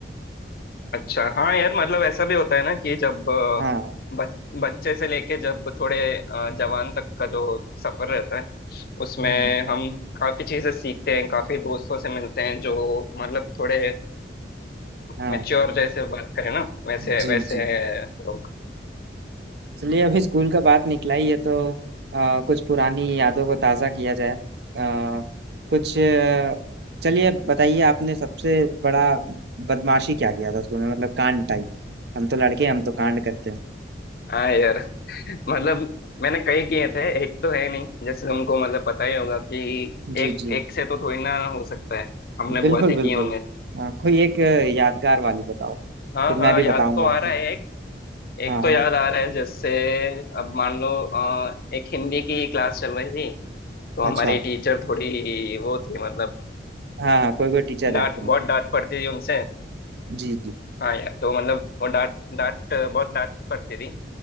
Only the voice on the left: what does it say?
अच्छा हाँ यार मतलब ऐसा भी होता है ना कि जब अ,
बच, बच्चे से लेके जब थोड़े अ, जवान तक का जो सफर रहता है उसमें
हम काफी चीजें सीखते हैं काफी दोस्तों से मिलते हैं जो मतलब थोड़े
मैच्योर जैसे बात करें ना वैसे
वैसे
लोग
हाँ यार <laughs> मतलब मैंने कई किए थे एक तो है नहीं जैसे तुमको मतलब पता ही होगा कि
एक
एक से तो थोड़ी ना हो सकता है हमने बहुत
ही
किए होंगे
हाँ
हाँ
याद
तो आ
रहा है एक एक
तो
याद आ रहा है जैसे अब मान लो अ, एक हिंदी की क्लास चल रही थी तो हमारी
टीचर थोड़ी वो थी मतलब
डांट
बहुत डांट पड़ती थी उनसे
हाँ यार तो मतलब वो डांट डांट बहुत डांट पड़ती थी